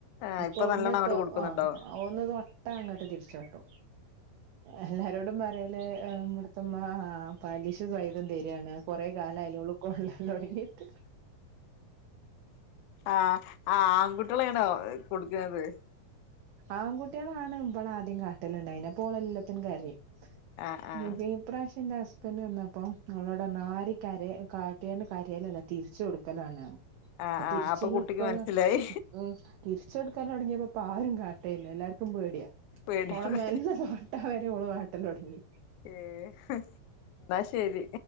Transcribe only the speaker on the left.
ആ
നല്ലോണം
അങ്ങോട്ട്
കൊടുക്കുന്നുണ്ടോ
ആഹ് ആൺകുട്ടിയേളേണോ കൊട്ക്ക്ന്നത്
ആ
ആ
ആഹ്
ആഹ്
അപ്പൊ
കുട്ടിക്ക് മനസ്സിലായി
പേടിയാണ്
ഏഹ് ഇന്നാ ശെരി